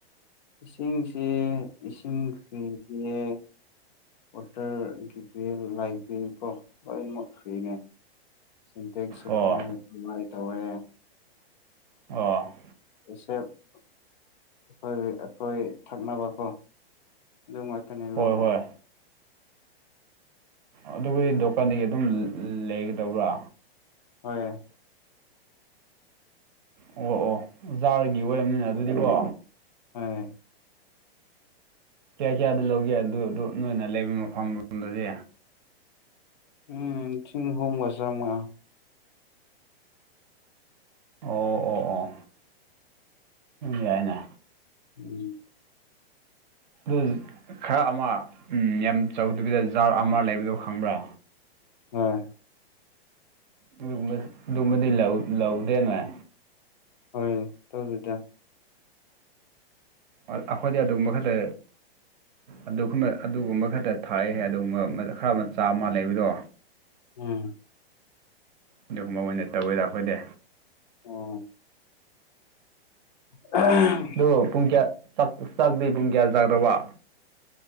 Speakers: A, on the left; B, on the right.
A: ꯏꯁꯤꯡꯁꯦ ꯏꯁꯤꯡ <unintelligible> ꯑꯣꯇꯔ ꯀꯤ ꯄꯦꯜ ꯂꯥꯏꯕꯤ ꯀꯣ ꯂꯣꯏ ꯃꯛꯈ꯭ꯔꯦꯅꯦ ꯁꯤꯟꯇꯦꯛꯁꯨ
B: ꯑꯣ
A: ꯄꯨꯝꯃꯣꯏ ꯄꯨꯝꯃꯥꯏ ꯇꯧꯋꯦ ꯌꯦ
B: ꯑꯣ
A: ꯏꯁ ꯑꯩꯈꯣꯏ ꯑꯩꯈꯣꯏ ꯊꯛꯅꯕꯀꯣ ꯑꯗꯨ ꯉꯥꯛꯇꯅꯦ
B: ꯍꯣꯏ
A: ꯂꯧꯕ
B: ꯍꯣꯏ ꯑꯗꯨꯕꯨꯗꯤ ꯗꯨꯀꯥꯟꯗꯒꯤ ꯑꯗꯨꯝ ꯂꯩꯒꯗꯧꯕ꯭ꯔꯥ
A: ꯍ
B: ꯑꯣ ꯑꯣ ꯖꯥꯔꯒꯤ ꯑꯣꯏꯔꯕꯅꯤꯅ ꯑꯗꯨꯗꯤꯀꯣ
A: ꯎꯝ
B: ꯀꯌꯥ ꯀꯌꯥꯗꯣ ꯂꯧꯒꯦ ꯑꯗꯨ ꯑꯗꯨ ꯅꯣꯏꯅ ꯂꯩꯕ ꯃꯐꯝꯣꯝꯗꯗꯤ
A: ꯎꯝ ꯊꯤꯡ ꯍꯣ ꯃꯖꯃꯥ
B: ꯑꯣ ꯑꯣ ꯑꯣ ꯌꯥꯏꯅ
A: ꯎꯝ
B: ꯑꯗꯨ ꯈꯔ ꯑꯃ ꯌꯥꯝ ꯆꯥꯎꯗꯕꯤꯗ ꯖꯥꯔ ꯑꯃ ꯂꯩꯕꯗꯣ ꯈꯪꯕ꯭ꯔꯥ
A: ꯍꯣꯏ
B: ꯑꯗꯨꯒꯨꯝꯕꯥ ꯑꯗꯨꯒꯨꯝꯕꯥꯗꯤ ꯂꯧꯗꯦ ꯅꯣꯏ
A: ꯍꯣꯏ ꯇꯧꯗꯦꯗ
B: ꯑꯩꯈꯣꯏꯗꯤ ꯑꯗꯨꯒꯨꯝꯕ ꯈꯛꯇ ꯑꯗꯨꯒꯨꯝꯕ ꯑꯗꯨꯒꯨꯝꯕ ꯈꯛꯇ ꯊꯥꯏ ꯍꯥꯏ ꯑꯗꯨꯒꯨꯝꯕ ꯈꯔ ꯆꯥꯃ ꯂꯩꯕꯗꯣ
A: ꯎꯝ
B: ꯑꯗꯨꯒꯨꯝꯕ ꯑꯣꯏꯅ ꯇꯧꯋꯦꯗ ꯑꯩꯈꯣꯏꯗꯤ
A: ꯑꯣ ꯑ
B: ꯑꯗꯣ ꯄꯨꯡ ꯀꯌꯥ ꯆꯥꯛꯗꯦ ꯄꯨꯡ ꯀꯌꯥ ꯆꯥꯛꯗꯕ